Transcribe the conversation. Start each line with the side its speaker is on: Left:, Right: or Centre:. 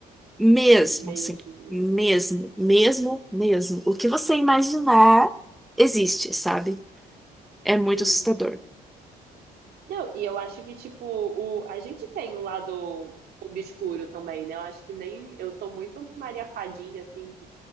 Centre: mesmo,
Right: mesmo.
Centre: assim, mesmo, mesmo,
Right: Sim,
Centre: mesmo. O que você imaginar existe, sabe? É muito
Right: sim.
Centre: assustador.
Right: Não, e eu acho que, tipo, o, a gente tem um lado obscuro também, né? Eu acho que nem. Eu sou muito Maria Fadinha, assim, que-